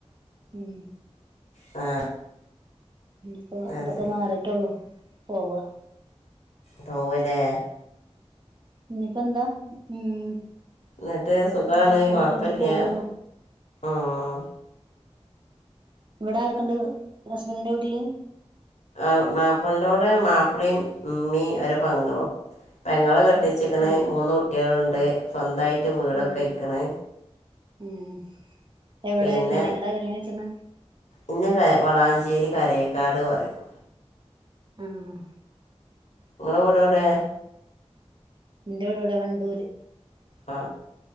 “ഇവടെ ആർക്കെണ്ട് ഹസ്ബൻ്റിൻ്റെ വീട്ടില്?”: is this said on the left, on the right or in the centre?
Right